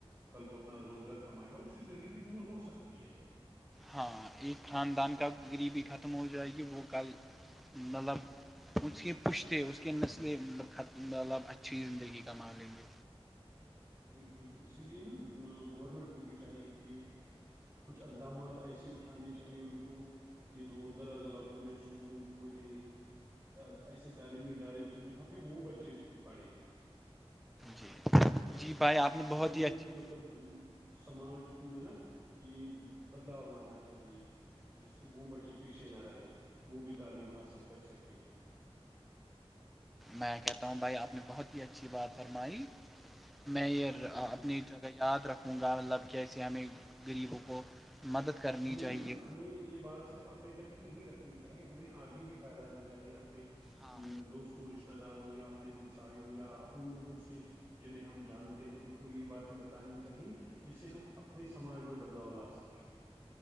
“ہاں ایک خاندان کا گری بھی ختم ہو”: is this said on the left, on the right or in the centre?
Centre